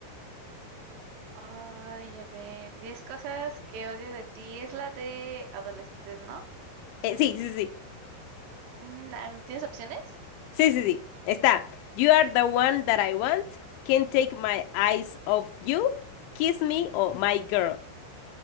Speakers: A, on the right; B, on the left.
A: Ay, a ver, diez cosas que odio de ti es la de adolescentes, ¿no?
B: Eh, sí, sí, sí,
A: Mm, a ver, ¿Tienes opciones?
B: sí, sí, sí. Está. You are the one that I want. Can't take my eyes off you. Kiss me o My Girl.